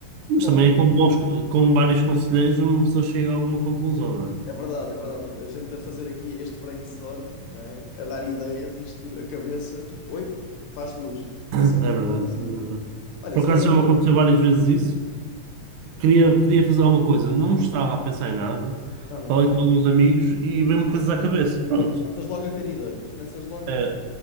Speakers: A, on the right; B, on the left.
A: Mas
B: top.
A: também é com bons, com vários conselheiros uma pessoa chega a alguma conclusão, não é?
B: É verdade, é verdade. A gente a fazer aqui este brainstorm, não é? A dar ideias, isto, a cabeça. Oi? Faz luz.
A: <laughs>
B: Acende
A: É
B: se
A: verdade,
B: uma luzinha.
A: é verdade.
B: Olha,
A: Por
B: se
A: acaso
B: calhar.
A: já me aconteceu várias vezes isso. Queria, queria fazer alguma coisa, não estava a pensar em nada.
B: Aham.
A: Falei com alguns amigos e veio-me coisas à cabeça. Pronto.
B: Começas logo a ter ideias. Começas logo
A: É,
B: a.